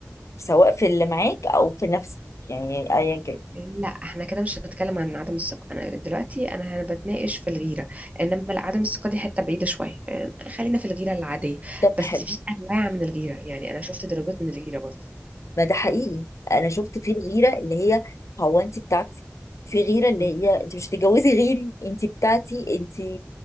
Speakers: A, on the left (about 85°); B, on the right (about 30°).
A: سواء في اللي معاك أو في نفسك يعني أيا كان
B: لا احنا كده مش هنتكلم عن عدم الثقه انا دلوقتي انا هنا بتناقش في الغيره انما لا، عدم الثقه دي حته بعيده شويه يعني خلينا في الغيره العاديه
A: طب
B: بس
A: حلو
B: في انواع من الغيره يعني انا شفت درجات من الغيره برضه
A: ما ده حقيقي أنا شفت في الغيرة اللي هي هو أنت بتاعتي في غيرة اللي
B: م-
A: هي أنت مش هتتجوزي غيري أنت بتاعتي أنت